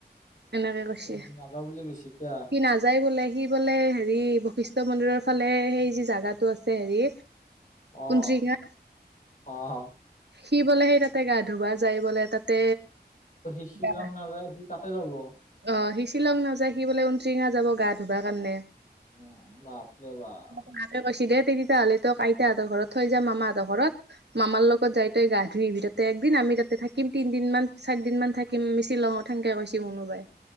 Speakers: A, on the right; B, on the left.
A: এনেকে কৈছি
B: অ সি নাযাওঁ বুলি কৈছে কিয়া
A: সি নাযায় বোলে সি বোলে হেৰি বশিষ্ঠ মন্দিৰৰ ফালে সেই যি জাগাটো আছে হেৰি
B: অ',
A: ঊনটিঙা
B: অ'।
A: সি বোলে সেই তাতে গা ধুবা যাই বলে তাতে
B: অ সি শ্বিলং
A: গা
B: নাযায় সি তাতে যাব
A: অ', সি শ্বিলং নাযায় সি বোলে <unintelligible> যাব গা ধুবা কাৰণে।
B: উম বাপৰে বাপ
A: মাকে কৈছি দে তেতিয়াহ'লে তোক আইতাহঁতৰ ঘৰত থৈ যাম মামাহঁতৰ ঘৰত মামাৰ লগত কত যাই তই গা ধুই আহিবি তাতে একদিন আমি তাতে থাকিম তিনদিন মান চাৰদিন মান থাকিম আমি শ্বিলঙত সেনকে কৈছিল মনোবাই